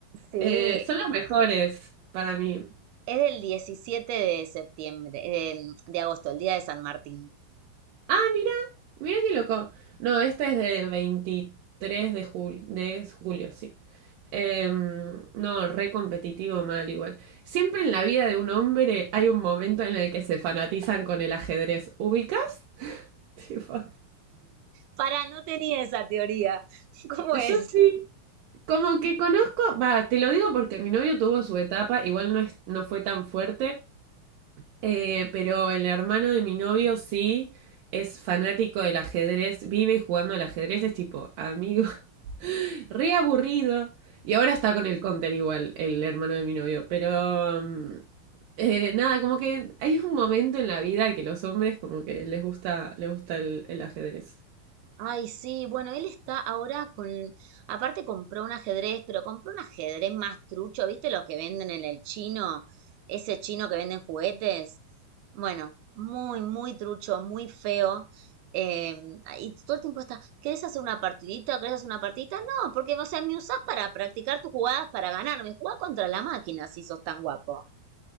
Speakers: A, on the right; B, on the right.
A: Sí,
B: Eh, son los mejores para mí.
A: Es del 17 de septiembre, eh, de agosto, el día de San Martín.
B: Ah, mira, mira qué loco. No, este es de 23 de julio, de julio, sí. Em, no, re competitivo mal igual. Siempre en la vida de un hombre hay un momento en el que se fanatizan con el ajedrez. ¿Ubicas? <laughs> Tipo.
A: Para, no tenía esa teoría. <laughs> ¿Cómo
B: Yo
A: es?
B: sí, como que conozco, va, te lo digo porque mi novio tuvo su etapa, igual no es, no fue tan fuerte, Eh, pero el hermano de mi novio sí es fanático del ajedrez, vive jugando al ajedrez, es tipo, amigo, <laughs> re aburrido. Y ahora está con el counter igual, el hermano de mi novio. Pero mm, eh, nada, como que hay un momento en la vida que los hombres como que les gusta, les gusta el, el ajedrez.
A: Ay, sí, bueno, él está ahora con, aparte compró un ajedrez, pero compró un ajedrez más trucho, ¿viste los que venden en el chino? Ese chino que venden juguetes. Bueno, muy, muy trucho, muy feo. eh, y todo el tiempo está, ¿querés hacer una partidita? ¿Querés hacer una partidita? No, porque, o sea, me usás para practicar tus jugadas para ganarme. Jugá contra la máquina si sos tan guapo.